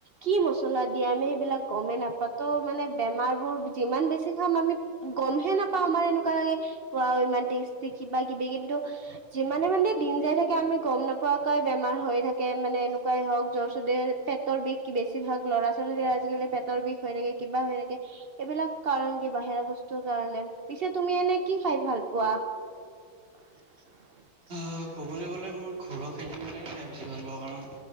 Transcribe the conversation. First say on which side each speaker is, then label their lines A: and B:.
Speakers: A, on the right; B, on the right.
A: কি মছলা দিয়ে আমি সেইবিলাক গমেই নাপাওঁ ত' মানে বেমাৰবোৰ যিমান বেছি খাম আমি গমহে নাপাওঁ আমাৰ এনেকুৱা লাগে, ইমান টেষ্টি কিবা কিবি কিন্তু যিমানে মানে দিন যাই থাকে আমি গম নপোৱাকৈ বেমাৰ হৈ থাকে মানে এনেকুৱাই হওঁক জ্বৰ চৰ্দি পেটৰ বিষ বেছি ভাগ ল'ৰা ছোৱালী আজিকালি পেটৰ বিষ হৈ থাকে কিবা হৈ থাকে। এইবিলাক কাৰণ কি বাহিৰা বস্তুৰ কাৰণে, পিছে তুমি এনে কি খাই ভাল পোৱা? <inaudible>
B: অ' ক'বলৈ গ'লে মোৰ ঘৰুৱা খাদ্যবিলাকেই খাই বেছি ভাল পাওঁ কাৰণ